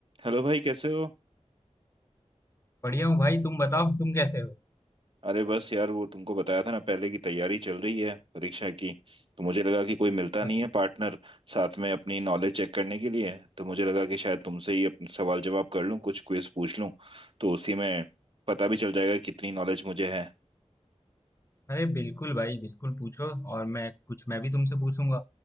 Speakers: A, on the right; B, on the left.
A: Hello भाई कैसे हो
B: बढ़िया हूँ भाई तुम बताओ तुम कैसे हो
A: अरे बस यार वो तुमको बताया था ना पहले की तैयारी चल रही है परीक्षा की तो मुझे लगा कि कोई मिलता नहीं
B: अच्छा
A: है पार्टनर साथ में अपनी नॉलेज चेक करने के लिए तो मुझे लगा कि शायद तुमसे ही अपने सवाल जवाब कर लूं कुछ क्विज पूछ लूं तो उसी में पता भी चल जाएगा कितनी नॉलेज मुझे है
B: अरे बिल्कुल भाई बिल्कुल पूछो और मैं कुछ मैं भी तुमसे पूछूंगा